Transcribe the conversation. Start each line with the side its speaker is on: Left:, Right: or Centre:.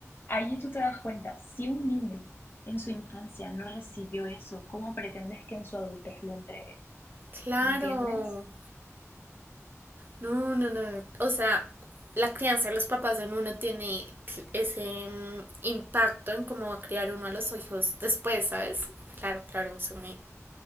Left: allí tú te das cuenta, si un niño en su infancia no recibió eso, ¿cómo pretendes que en su adultez lo entregue?
Right: claro.
Left: ¿Entiendes?
Right: No, no, no. O sea, la crianza de los papás en uno tiene cl- ese mm, impacto en cómo va a criar uno a los hijos después, ¿sabes? Claro, claro, eso me,